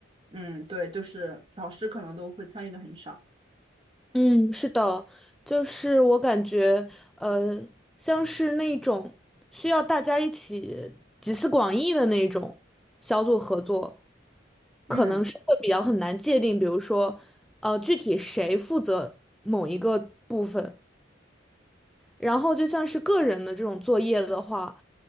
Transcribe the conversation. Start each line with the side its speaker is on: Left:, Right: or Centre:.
Right: 嗯，对，就是导师可能都会参与的很少。
Centre: 嗯，是的，就是我感觉，呃，像是那种需要大家一起集思广益的那种小组合作，
Right: 嗯，
Centre: 可能是会比较很难界定，比如说，呃，具体谁负责某一个部分。然后就像是个人的这种作业的话，